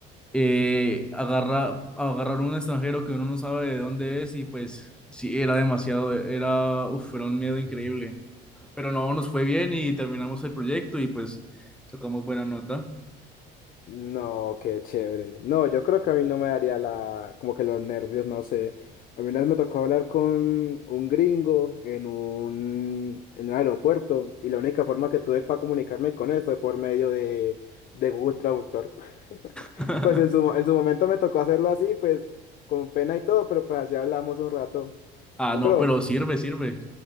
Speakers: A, in the centre; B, on the left.
A: eh, agarra, agarrar un extranjero que uno no sabe de dónde es y pues sí, era demasiado, era, uf, era un miedo increíble pero no, nos fue bien y terminamos el proyecto y pues sacamos buena nota.
B: No, qué chévere. No, yo creo que a mí no me daría la, como que los nervios, no sé. A mí una vez me tocó hablar con un gringo en un, en un aeropuerto y la única forma que tuve para comunicarme con él fue por medio de, de Google Traductor. <laughs>
A: <laughs>
B: Pues en su, en su momento me tocó hacerlo así, pues con pena y todo, pero pues así hablamos un rato.
A: Ah,
B: No,
A: no,
B: pero
A: pero sirve, sirve.